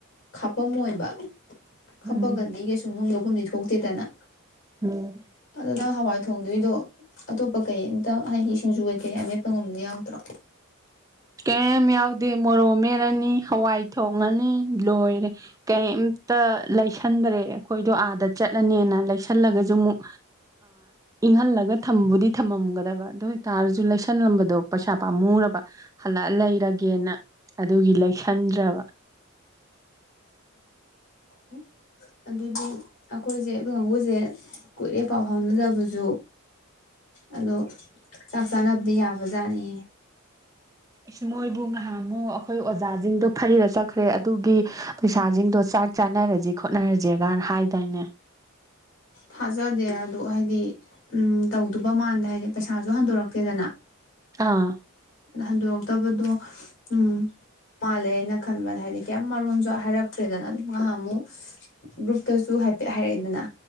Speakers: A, on the left (about 60°); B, on the right (about 15°).
A: ꯈꯥꯄꯝꯃꯣꯏꯕ ꯈꯞꯄꯒꯗꯤ
B: ꯎꯝ
A: ꯀꯩꯁꯨ ꯅꯨꯡ ꯌꯎꯕꯝꯗꯤ ꯊꯣꯛꯇꯦꯗꯅ
B: ꯎꯝ
A: ꯑꯗꯨꯅ ꯍꯋꯥꯏ ꯊꯣꯡꯗꯣꯏꯗꯣ ꯑꯇꯣꯞꯄ ꯀꯩꯝꯇ ꯍꯥꯏꯗꯤ ꯁꯤꯡꯖꯨ ꯀꯩ ꯀꯩ ꯑꯃꯃꯦꯠꯄꯒꯨꯝꯕꯗ ꯌꯥꯎꯗ꯭ꯔꯣ
B: ꯀꯩ ꯌꯥꯎꯗꯦ ꯃꯣꯔꯣ ꯃꯦꯠꯂꯅꯤ ꯍꯋꯥꯏ ꯊꯣꯡꯉꯅꯤ ꯂꯣꯏꯔꯦ ꯀꯩꯝꯇ ꯂꯩꯁꯟꯗ꯭ꯔꯦ ꯑꯩꯈꯣꯏꯗꯣ ꯑꯥꯗ ꯆꯠꯂꯅꯤꯅ ꯂꯩꯁꯜꯂꯒꯁꯨ ꯑꯃꯨꯛ ꯏꯪꯍꯜꯂꯒ ꯊꯝꯕꯨꯗꯤ ꯊꯝꯃꯝꯒꯗꯕ ꯑꯗꯨ ꯑꯣꯏꯇꯥꯔꯁꯨ ꯂꯩꯁꯜꯂꯝꯕꯗꯣ ꯄꯩꯁꯥ ꯄꯥꯝꯃꯨꯔꯕ ꯍꯜꯂꯛꯑ ꯂꯩꯔꯒꯦꯅ ꯑꯗꯨꯒꯤ ꯂꯩꯁꯟꯗ꯭ꯔꯕ
A: ꯎꯝ ꯑꯗꯨꯗꯤ ꯑꯩꯈꯣꯏꯁꯦ ꯑꯩꯈ ꯀꯥꯡꯕꯨꯨꯁꯦ ꯀꯨꯏꯔꯦ ꯄꯥꯎ ꯐꯥꯎꯅꯗꯕꯁꯨ ꯑꯗꯣ ꯆꯥꯛ ꯆꯥꯅꯕꯗꯤ ꯌꯥꯕ ꯖꯥꯠꯅꯤ
B: ꯏꯁ ꯃꯣꯏꯕꯨ ꯉꯥꯏꯍꯃꯨꯛ ꯑꯩꯈꯣꯏ ꯑꯣꯖꯥꯁꯤꯡꯗꯣ ꯐꯩꯔ ꯆꯠꯈ꯭ꯔꯦ ꯑꯗꯨꯒꯤ ꯄꯩꯁꯥꯁꯤꯡꯗꯣ ꯆꯥꯛ ꯆꯥꯅꯔꯁꯤ ꯈꯣꯠꯅꯔꯁꯒꯅ ꯍꯥꯏꯗꯥꯏꯅꯦ
A: ꯊꯥꯖꯗꯦ ꯑꯗꯨꯗ ꯍꯥꯏꯗꯤ ꯎꯝ ꯇꯧꯗꯕ ꯃꯥꯟꯗ ꯍꯥꯏꯗꯤ ꯄꯩꯁꯥꯁꯨ ꯍꯟꯗꯣꯔꯛꯇꯦꯗꯅ
B: ꯑꯥ
A: ꯍꯟꯗꯣꯔꯛꯇꯕꯗꯣ ꯎꯝ ꯃꯥꯜꯂꯦ ꯍꯥꯏꯅ ꯈꯟꯕꯗ ꯍꯥꯏꯗꯤ ꯀꯌꯥꯝ ꯃꯔꯣꯟꯁꯨ ꯍꯥꯏꯔꯛꯇ꯭ꯔꯦꯗꯅ ꯑꯗꯨꯝ ꯉꯥꯏꯍꯥꯛ ꯑꯃꯨꯛ ꯒ꯭ꯔꯨꯞꯇꯁꯨ ꯍꯥꯏꯐꯦꯠ ꯍꯥꯏꯔꯛꯏꯗꯅ